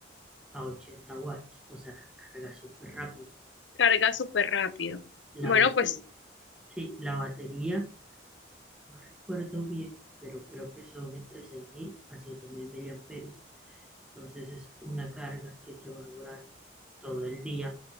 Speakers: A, in the centre; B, on the left (about 75°).
A: a ochenta watts, o sea, carga súper rápido.
B: Carga súper rápido.
A: La
B: Bueno,
A: batería,
B: pues
A: sí, la batería, no recuerdo bien, pero creo que son entre 6.000 a 7.000 miliamperios. Entonces es una carga que te va a durar todo el día,